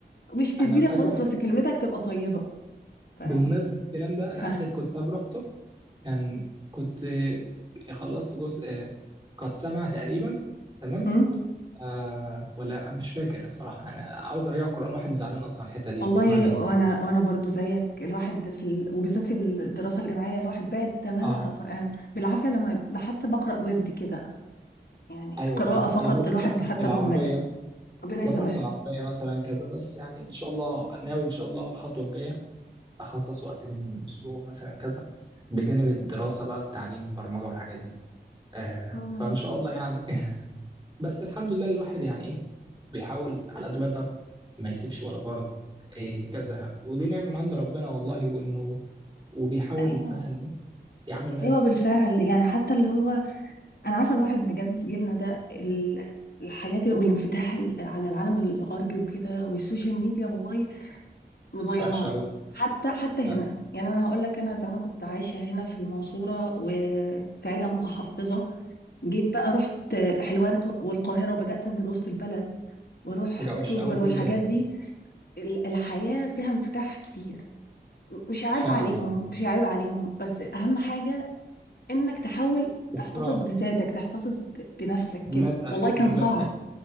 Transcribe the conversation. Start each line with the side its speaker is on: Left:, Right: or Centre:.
Left: مش تديلي
Right: أنا فاكر
Left: خالص بس كلمتك تبقى طيبه فاهم
Right: بمناسبة الكلام ده أنا
Left: ها
Right: آخر كتاب رحته كان كنت خلصت جزء قد سمع تقريبا تمام
Left: مم؟
Right: آه ولا أنا مش فاكر الصراحة أنا عاوز أرجع القرآن واحد زعلان أصلا على الحتة دي
Left: والله
Right: ما علينا
Left: وانا وانا برضو زيك الواحد في ال... وبالذات في الدراسه الجامعيه الواحد بعد تماما
Right: اه
Left: عن القران بالعافيه لما ب- حتى بقرا ورد كده يعني
Right: ايوه
Left: قراءه
Right: فاهم
Left: فقط
Right: انا بقرا
Left: الواحد
Right: مثلا
Left: حتى
Right: في العربيه
Left: مهمل ربنا
Right: بقرا
Left: يسامحنا
Right: في العربيه مثلا كذا بس يعني ان شاء الله ناوي ان شاء الله الخطوه الجايه اخصص وقت من اسبوع مثلا كذا بجانب الدراسه بقى التعليم برمجه والحاجات دي آه
Left: اه
Right: فان شاء الله يعني <laughs> بس الحمد لله الواحد يعني ايه بيحاول على قد ما يقدر ما يسيبش ولا فرد إيه كذا ودي نعمه من عند ربنا والله وانه وبيحاول
Left: ايوه
Right: مثلا ايه يا عم الناس
Left: ايوه بالفعل يعني حتى اللي هو انا عارفه الواحد بجد في جيلنا ده ال... الحاجات والانفتاح ال- على العالم الغربي وكده والسوشيال ميديا والله مضيعانا
Right: وحشه قوي
Left: حتى حتى
Right: فعلا
Left: هنا يعني انا هقول لك انا زمان كنت عايشه هنا في المنصوره وفي عيله متحفظه جيت بقى رحت الحلوان والقاهرة وبدأت أنزل وسط البلد واروح
Right: حاجه
Left: اكتوبر
Right: وحشه قوي جدا
Left: والحاجات دي ال- الحياة فيها انفتاح كبير مش عيب
Right: فعلا
Left: عليهم
Right: والله
Left: مش عيب عليهم بس اهم حاجة انك تحاول
Right: باحترام
Left: تحتفظ بذاتك تحتفظ ب- بنفسك
Right: بدأك
Left: كده والله كان
Right: بدأك
Left: صعب